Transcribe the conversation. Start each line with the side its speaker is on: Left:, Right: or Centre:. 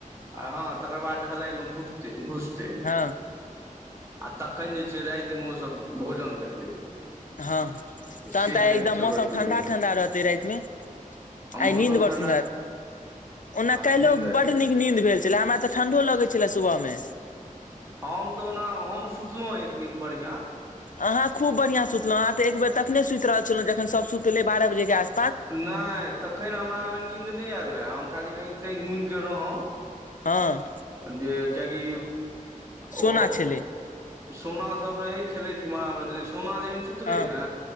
Right: आ हँ तकर बाद ढलाई मे घुटतै घुसतै
Left: हँ
Right: आ तखन जे छै रातिमे ओ सब भोजन देतै
Left: हँ तहन
Right: से
Left: तऽ
Right: रहै
Left: आय एकदम
Right: छै ओकर
Left: मौसम
Right: सबके
Left: ठंडा
Right: आ
Left: ठंडा रहतै राति मे आय
Right: मौसम
Left: नीन्द बड़
Right: ठण्डा
Left: सुन्दर
Right: आ
Left: ऐत ओना काल्हो
Right: नीन्द तऽ
Left: बड़ नीक नीन्द भेल छलय हमरा तऽ ठंढ़ो लगै छलै सुबह मे
Right: हम तऽ ओना हम सुतलहुँ एक नीन बढ़िआँ
Left: अहाँ खूब बढ़ियाँ सुतलहुँ अहाँ तऽ एक बेर तखने सुति रहल छलहुँ जखन सब सुतलै बारह बजेक आस
Right: नहि तखन हमरा ओहेन नीन्द नहि आयल रहे हम खाली आँखि ताँखि मुनि कऽ रहौ
Left: हँ
Right: अ जे कियाकी
Left: सोना
Right: ओ
Left: छलै
Right: सोना सब रहै खेलैत एम्हर आम्हर कहलियै सोना जहन सुतलै
Left: हँ
Right: ने